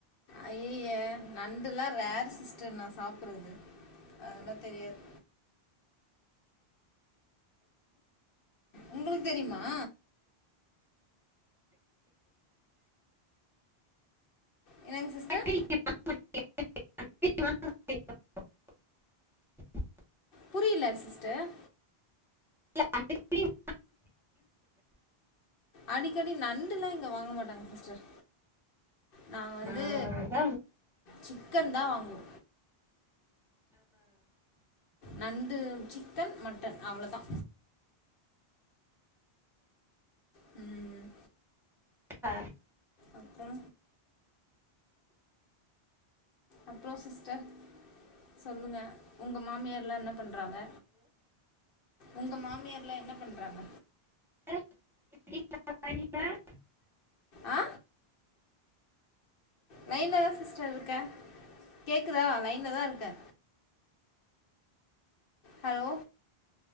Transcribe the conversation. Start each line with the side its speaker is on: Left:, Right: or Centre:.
Left: ஐய்யய்ய நண்டுலா ரேர் சிஸ்டர் நா சாப்புட்றது அதெல்லா தெரியாது உங்களுக்கு தெரியுமா என்னங்க சிஸ்டர்
Centre: <inaudible>
Left: புரியல சிஸ்டர்
Centre: இல்ல <inaudible>
Left: அடிக்கடி நண்டுல்லா இங்க வாங்க மாட்டாங்க சிஸ்டர் நாங்க வந்து
Centre: ஆ அதா
Left: சிக்கன் தா வாங்குவோ நண்டு சிக்கன் மட்டன் அவ்ளோதா ம் ம்
Centre: அ
Left: அப்றோ அப்றோ சிஸ்டர் சொல்லுங்க உங்க மாமியார்லா என்னப் பண்றாங்க உங்க மாமியார்லா என்ன பண்றாங்க
Centre: <inaudible>
Left: ஆ லைன்ல தா சிஸ்டர் இருக்கே கேக்குதா லைன்ல தா இருக்கே hello